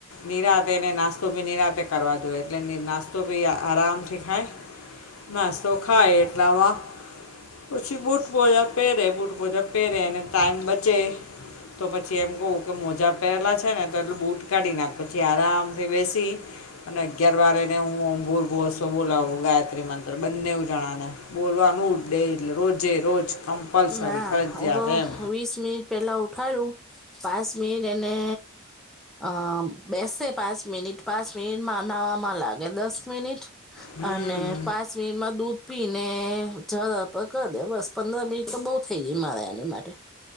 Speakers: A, on the left; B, in the centre.
A: નિરાતે એને નાસ્તો બી નિરાતે કરવા જોએ. એટલે નાસ્તો બી આરામથી ખાય. નાસ્તો ખાય એટલામાં પછી બૂટ મોજા પહેરે, બૂટ મોજા પહેરે અને ટાઈમ બચે તો પછી એમ કહું કે મોજ જા પેરેલા છે ને તો એટલું બૂટ કાઢી નાખ. પછી આરામથી બેસી અને અગિયાર વારે એને હું ઓમ ભૂર ભૂવ સ્વાહા બોલાવું ગાયત્રી મંત્ર બંને એવું જણાને. બોલવાનું દે એટલે રોજે રોજ. કમ્પલસરી
B: ના
A: ફરજિયાત
B: હું તો
A: એમ
B: વીસ મનિટ પહેલાં ઉઠાવું. પાંચ મિનિટ એને અ બેસે પાંચ મિનિટ. પાંચ મિનિટમાં નાવામાં લાગે, દસ મિનિટ
A: હમ
B: અને પાંચ મિનિટમાં દૂધ પી ને જરા પર કરી દે બસ પંદર મિનિટ તો બહુ થઈ ગી મારે એની માટે.